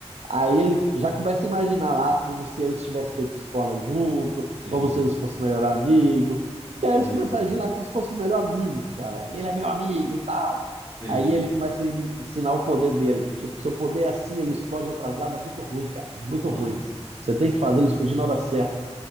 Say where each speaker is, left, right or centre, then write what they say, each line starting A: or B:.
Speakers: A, on the right; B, on the right.
A: Aí
B: pode
A: ele
B: crer.
A: já começa a imaginar lá como se eles tivessem feito escola junto,
B: Sim.
A: como se eles fossem o melhor amigo. E
B: É
A: aí eles começam a agir lá como se fosse o melhor amigo, cara. Ele é meu amigo e tal.
B: Sim,
A: Aí
B: sim.
A: ele começa a en- ensinar o poder dele. Tipo, seu poder é assim, ele explode atrasado, é muito ruim, cara. Muito
B: Nossa.
A: ruim. Você tem que fazer ele explodir na hora certa.